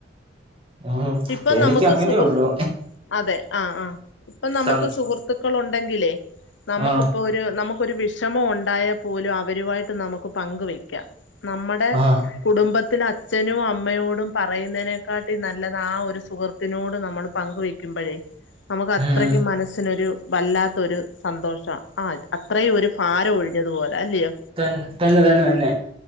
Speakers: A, on the right (about 30°); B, on the left (about 85°).
A: ഉം
B: ഇപ്പൊ
A: എനിക്ക്
B: നമുക്ക്
A: അങ്ങനെയുള്ളൂ
B: സുഹൃത്ത് അതെ ആ ആ ഇപ്പൊ നമുക്ക്
A: സം
B: സുഹൃത്ത് തൃക്കളുണ്ടെങ്കിലേ നമക്കിപ്പോരു
A: ആഹ്
B: നമുക്ക് ഒരു വിഷമം ഉണ്ടായാ പോലും അവരുമായിട്ട് നമക്ക് പങ്കുവെക്കാം. നമ്മടെ
A: ആഹ്
B: കുടുംബത്തിൽ അച്ഛനും അമ്മയോടും പറയുന്നതിനേക്കാട്ടി നല്ല അല്ലാതെ ആ ഒരു സുഹൃത്തിനോട് നമ്മൾ പങ്ക് വെക്കുമ്പോഴേ നമുക്ക് അത്രയ്ക്കും
A: ഉം
B: മനസ്സിനൊരു വല്ലാത്തരു സന്തോഷ ആ അത്രയും ഒരു ഭാരം ഒഴിഞ്ഞതുപോലെ അല്ല്യോ?
A: തന്ന തന്നെ തന്നെ തന്നെ